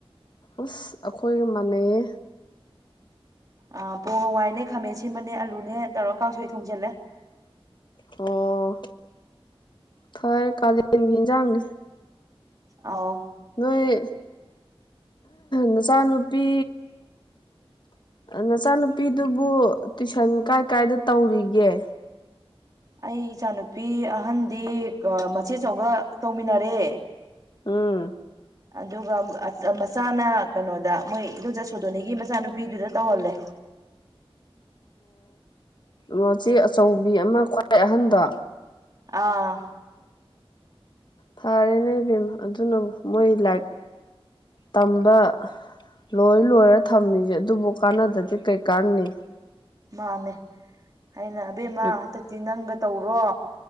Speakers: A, on the left (about 50°); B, on the right (about 40°).
A: ꯑꯁ ꯑꯩꯈꯣꯏꯒ ꯃꯥꯟꯅꯩꯌꯦ
B: ꯑ ꯄꯣꯡ ꯍꯋꯥꯏꯅꯦ ꯈꯥꯃꯦꯟ ꯁꯤꯟꯃꯅꯦ ꯑꯂꯨꯅꯦ ꯇꯧꯔꯛ ꯀꯥꯡꯁꯨꯣꯏ ꯊꯣꯡꯖꯤꯜꯂꯦ
A: ꯑꯣ ꯐꯔ ꯀꯥꯂꯦꯟꯒꯤ ꯏꯟꯖꯥꯡꯅꯤ
B: ꯑꯥꯎ
A: ꯅꯣꯏ ꯅꯆꯥꯅꯨꯄꯤ ꯅꯆꯥꯅꯨꯄꯤꯗꯨꯕꯨ ꯇꯨꯏꯁꯟ ꯀꯥꯏ ꯀꯥꯏꯗ ꯇꯧꯔꯤꯒꯦ
B: ꯑꯩ ꯏꯆꯥꯅꯨꯄꯤ ꯑꯍꯟꯗꯤ ꯃꯆꯦꯆꯒ ꯇꯧꯃꯤꯟꯅꯔꯦ
A: ꯑꯥ
B: ꯑꯗꯨꯒ ꯃꯆꯥꯅ ꯀꯩꯅꯣꯗ ꯃꯣꯏ ꯏꯣꯖ ꯁꯣꯗꯣꯅꯤꯒꯤ ꯃꯆꯥꯅꯨꯄꯤꯗꯨꯗ ꯇꯧꯍꯜꯂꯦ
A: ꯃꯆꯦ ꯑꯆꯧꯕꯤ ꯑꯃ ꯈ꯭ꯋꯥꯏ ꯑꯍꯟꯗꯣ
B: ꯑꯥ
A: ꯐꯔꯦꯅꯦꯕꯦꯝꯦꯝ ꯑꯗꯨꯅ ꯃꯣꯏ ꯂꯥꯏꯛ ꯇꯝꯕ ꯂꯣꯏ ꯂꯣꯏꯔ ꯊꯝꯃꯤꯁꯦ ꯑꯗꯨꯕꯨ ꯀꯥꯟꯅꯗꯗꯤ ꯀꯩꯀꯥꯟꯅꯤ
B: ꯃꯥꯅꯦ ꯑꯩꯅ ꯑꯕꯦꯝꯃ
A: ꯍꯧꯖꯤꯛ
B: ꯍꯟꯗꯛꯇꯤ ꯅꯪꯒ ꯇꯧꯔꯣ